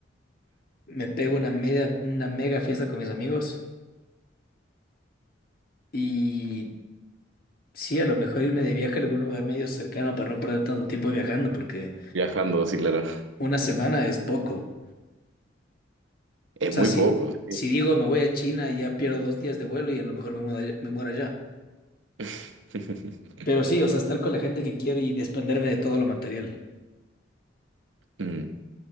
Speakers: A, on the left; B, on the right.
A: Me pego una media, una mega fiesta con mis amigos. Y sí, a lo mejor irme de viaje a algún lugar medio cercano para no perder tanto tiempo viajando, porque
B: Viajando, sí, claro.
A: una semana es poco.
B: Es
A: O sea,
B: muy
A: si,
B: poco. sí.
A: si digo me voy a China, ya pierdo dos días de vuelo y a lo mejor me muero, me muero allá.
B: <laughs>
A: Pero sí, o sea, estar con la gente que quiero y desprenderme de todo lo material.
B: Mm.